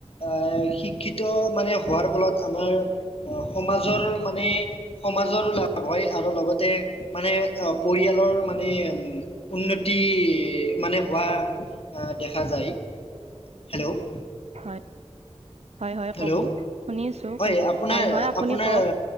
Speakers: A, on the left (about 60°); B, on the right (about 70°).
A: আহ, শিক্ষিত মানে হোৱাৰ ফলত আমাৰ সমাজৰ মানে সমাজৰ লাভ হয় আৰু লগতে মানে আ, পৰিয়ালৰ মানে উন্নতি মানে হোৱা দেখা যায়। হেল্ল'?
B: হয় হয়
A: হেল্ল'
B: ক'ব। শুনি আছো
A: হয়
B: কৈ থাক
A: আপোনাৰ-আপোনাৰ
B: হয় আপুনি কওক